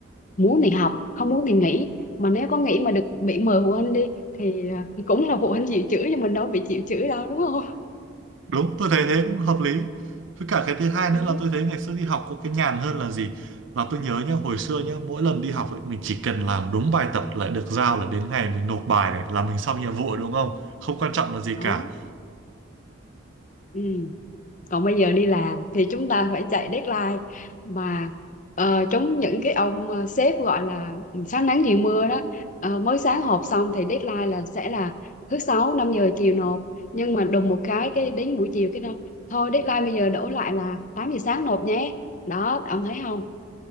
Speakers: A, on the left; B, on the right.
A: muốn thì học không muốn thì nghỉ mà nếu có nghỉ mà được bị mời phụ huynh đi thì à, cũng là phụ huynh chịu chửi cho mình đâu bị chịu chửi đâu đúng không
B: đúng tôi thấy thế cũng hợp lý với cả cái
A: <laughs>
B: thứ hai nữa
A: ừ,
B: là tôi thấy ngày xưa đi học có cái nhàn hơn là gì là tôi nhớ nhá hồi xưa nhá mỗi lần đi học ấy mình chỉ cần làm đúng bài tập lại được giao là đến ngày mình nộp bài này là mình xong nhiệm vụ đúng không không quan trọng là gì
A: đúng
B: cả
A: ừ. còn bây giờ đi làm thì chúng ta phải chạy deadline mà ờ, chống những cái ông ờ, sếp gọi là sáng nắng chiều mưa đó Ờ, mới sáng họp xong thì deadline là sẽ là thứ sáu 5 giờ chiều nộp nhưng mà đùng một cái cái đến buổi chiều cái đâu thôi deadline bây giờ đổ lại là 8 giờ sáng nộp nhé đó ông thấy không